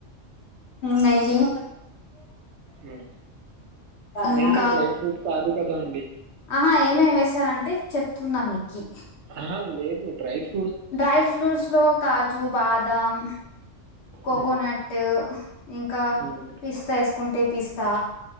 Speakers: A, on the left; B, on the right.
A: నెయ్యి.
B: హ్మ్. నెయ్యి
A: ఇంకా.
B: డ్రై ఫ్రూట్ కాదు గదా అండి.
A: ఆహా ఏమే వేశారంటే చెప్తుందాం మీక్కి.
B: అహా! లేదు ్రైవ్.
A: డ్రై ఫ్రూట్స్ లో కాజు బాదం కోకోనట్.
B: హ్మ్.
A: ఇంకా
B: హ్మ్.
A: పిస్తా వేసుకుంటే పిస్తా.